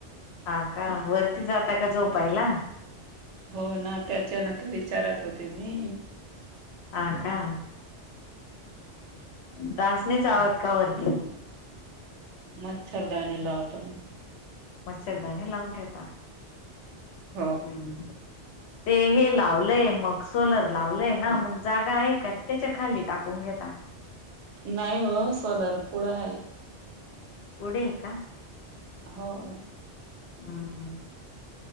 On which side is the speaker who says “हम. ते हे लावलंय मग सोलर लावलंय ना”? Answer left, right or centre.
Left